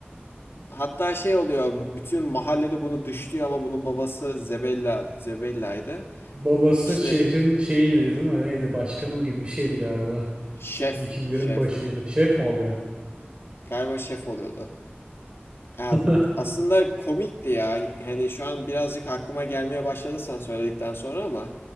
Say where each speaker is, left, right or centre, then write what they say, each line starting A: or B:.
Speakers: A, on the left; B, on the right.
A: Hatta şey oluyor, bütün mahallede bunu dışlıyor ama bunun babası Zebella, Zebella'ydı.
B: Babası
A: İşte
B: şehrin şeyiydi değil mi? Neydi? Başkanı gibi bir şeydi galiba.
A: şef,
B: Vikinglerin
A: şef.
B: başıydı. Şef mi oluyor?
A: Galiba şef oluyordu. Ya
B: <laughs>
A: aslında komikti ya. Hani şu an birazcık aklıma gelmeye başladı sen söyledikten sonra ama